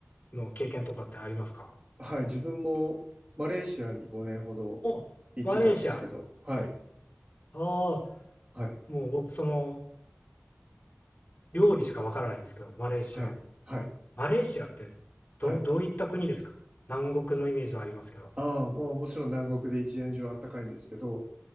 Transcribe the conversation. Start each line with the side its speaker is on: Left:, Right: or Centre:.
Left: の経験とかってありますか
Right: はい。自分もマレーシアに5年ほど行ってたんですけど、
Left: お、マレーシア。あ
Right: はい。
Left: あ、
Right: はい。
Left: もう僕、その、料理しかわからないんですけど、マレーシア。
Right: はい。はい。
Left: マレーシアって、ど、
Right: はい。
Left: どういった国ですか南国のイメージはありますけど。
Right: ああ、まあもちろん南国で一年中暖かいんですけど、